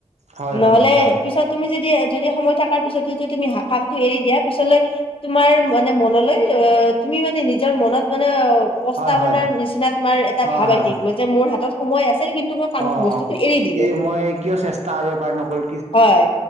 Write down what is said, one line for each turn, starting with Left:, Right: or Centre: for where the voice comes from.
Right: হয়
Left: নহলে
Right: হয় হয়
Left: পিছত তুমি যদি যদি সময় থকাৰ পিছতো যদি তুমি কামটো এৰি দিয়া পিছলৈ তোমাৰ মানে মনলৈ আহ তুমি মানে নিজৰ মনত মানে অ প্ৰস্তাৱনাৰ
Right: হয় হয়
Left: নিচিনা তোমাৰ এটা
Right: হয়
Left: ভাৱ
Right: হয়
Left: আহি থাকিব যে মোৰ হাতত সময় আছিল কিন্তু মই কাম
Right: অ
Left: বস্তুটো এৰি দিলো।
Right: এই মই কিয় চেষ্টা আৰু এবাৰ নকৰি
Left: হয়